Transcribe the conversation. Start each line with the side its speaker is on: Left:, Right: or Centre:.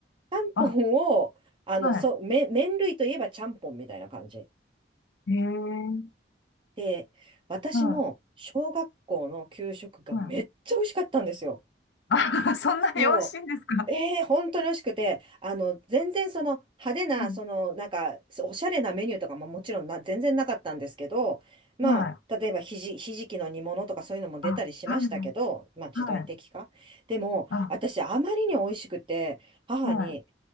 Right: ちゃんぽんを、
Left: あ、
Right: あの、
Left: は
Right: そう、麺、麺類といえばちゃんぽんみたいな感じ。
Left: い。ええー
Right: で、私も小学校の給食がめっちゃ美味しかったんですよ。
Left: はい、はい。あ、<laughs> そんなに美味しいんですか
Right: そうええ本当に美味しくて、あの、全然その派手な、
Left: うん、
Right: その、なんか、おしゃれなメニューとかももちろんな、全然なかったんですけど、まあ、
Left: はい。
Right: 例えばひじ、ひじきの煮物とかそういうのも出たりしましたけど、
Left: あ、はいはい、
Right: まあ時代的か。
Left: はい。
Right: でも、
Left: あ、
Right: 私、あまりに美味しくて、母に、
Left: はい。